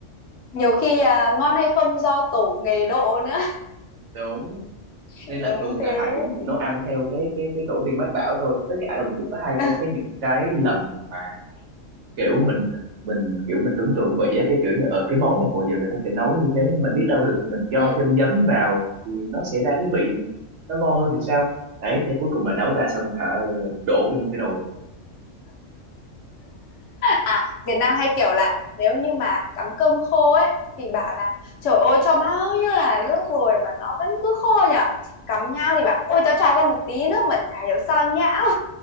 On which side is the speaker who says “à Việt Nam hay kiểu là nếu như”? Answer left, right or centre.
Left